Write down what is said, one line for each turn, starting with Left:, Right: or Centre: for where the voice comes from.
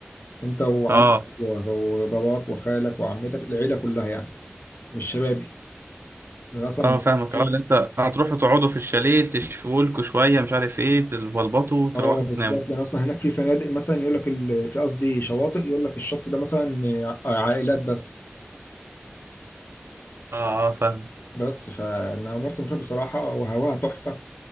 Left: انت وعمك
Right: اه
Left: وباباك وخالك وعمتك العيله كلها يعني مش شبابي لان اصلا
Right: اه فاهمك
Left: هناك-
Right: اه اللي انت هتروحوا تقعدوا في الشاليه تشفوا لكوا شوية مش عارف ايه تبلبطوا تروحوا
Left: اه بالظبط
Right: تناموا
Left: لان اصلا هناك في فنادق مثلا يقول لك ال... في قصدي شواطئ يقول لك الشط ده مثلا ع- عائلات بس
Right: اه اه فاهم
Left: بس فانا مرسى مطروح بصراحه وهواها تحفه